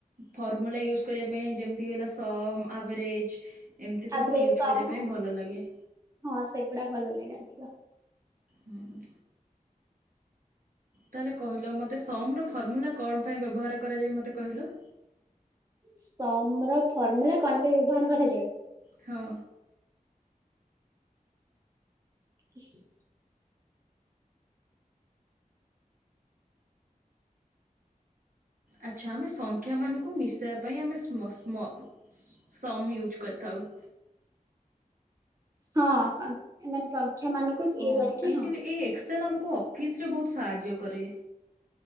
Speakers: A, on the right (about 70°); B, on the right (about 20°).
A: ଫର୍ମୁଲା ୟୁଜ କରିବା ପାଇଁ ଯେମ୍ ଏ ମିତି ହେଲା ସମ ଆଭରେଜ ଏମିତି
B: ଆଭରେଜ
A: ସବୁ ୟୁଜ୍
B: ସମ୍
A: କରିବା ପାଇଁ ଭଲ ଲାଗେ।
B: ହଁ ସେଗୁଡା ଭଲ ଲାଗେ ଅଧିକ।
A: ହୁଁ। ତାହେଲେ କହିଲ ମତେ ସମର ଫର୍ମୁଲା କଣ ପାଇଁ ବ୍ୟବହାର କରାଯାଏ ମୋତେ କହିଲ?
B: ସମର ଫର୍ମୁଲା କଣ ପାଇଁ ବ୍ୟବହାର କରାଯାଏ?
A: ହଁ।
B: <unintelligible>
A: ଆଚ୍ଛା ଆମେ ସଂଖ୍ୟା ମାନଙ୍କୁ ମିଶା ପାଇଁ ଆମେ ସମ ସ୍ମ ସମ ୟୁଜ୍ କରିଥାଉ।
B: ହଁ ସ <unintelligible> ସଂଖ୍ୟା ମାନଙ୍କୁ ଇଏ
A: ହଁ
B: କରିକି
A: ଆକ୍ଚୁଆଲି ଏଇ ଏକ୍ସେଲ୍ ଆମକୁ ଅଫିସରେ ବହୁତ ସାହାଯ୍ୟ କରେ।